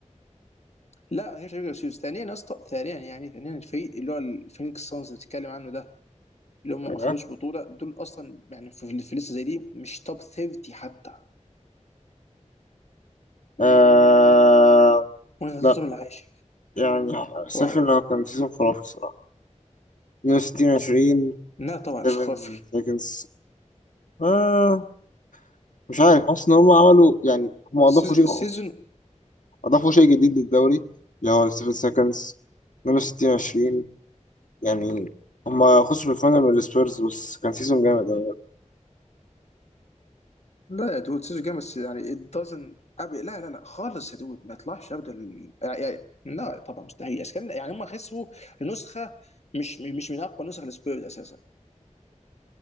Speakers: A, on the left; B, on the left.
A: لا مش ريجلر سيزون ثانيا يا اسطى ثانيا يعني ثانيا الفريق اللي هو الفينيكس سانز اللي بتتكلم عنه ده اللي هم
B: أيوة.
A: ما خدوش بطوله دول اصلا يعني في في لسه زي دي مش توب 30 حتى
B: آه...
A: وانا
B: لا
A: حطيتهم العاشر
B: يعني شايف
A: واو
B: إنه كان سيزون خرافي الصراحة 62 20
A: لا طبعا مش
B: 7
A: خافي
B: seconds آه مش عارف حاسس إن هم عملوا يعني هم أضافوا
A: سيز-
B: شيء خ...
A: سيزون
B: أضافوا شيء جديد للدوري اللي هو ال 7 seconds 62 20 يعني هم خسروا في الفاينل من السبيرز بس كان سيزون جامد أوي
A: لا يا دود سيزون جامد بس يعني it doesn't أبي لا لا لا خالص يا دود ما يطلعش ابدا يعني يعني- لا طبعا مستحيل أساساً يعني هم خسروا نسخه مش مش من اقوى نسخ السبيرز اساسا